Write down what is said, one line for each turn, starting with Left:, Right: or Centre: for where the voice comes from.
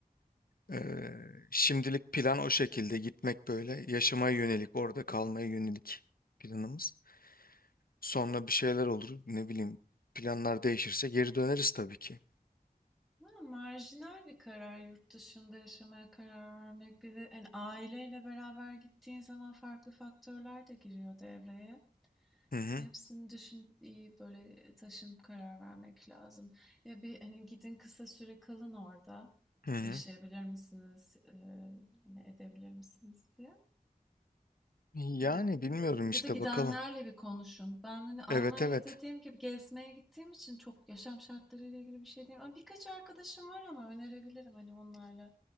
Left: eee, şimdilik plan o şekilde gitmek böyle yaşamaya yönelik, orada kalmaya yönelik planımız. Sonra bir şeyler olur, ne bileyim planlar değişirse geri döneriz tabii ki.
Centre: Ha, marjinal bir karar yurt dışında yaşamaya karar vermek. Bir de hani aileyle beraber gittiğin zaman farklı faktörler de giriyor devreye.
Left: Hı hı,
Centre: Hepsini düşünüp iyi böyle taşınıp karar vermek lazım. Ya bir hani gidin kısa süre kalın orada.
Left: hı hı.
Centre: Yaşayabilir misiniz? Eee, hani edebilir misiniz diye.
Left: Yani
Centre: Eee,
Left: bilmiyorum
Centre: ya
Left: işte
Centre: da gidenlerle
Left: bakalım.
Centre: bir konuşun. Ben hani Almanya
Left: Evet evet
Centre: dediğim gibi gezmeye gittiğim için çok yaşam şartlarıyla ilgili bir şey diyemem. Ama Birkaç arkadaşım var ama önerebilirim hani onlarla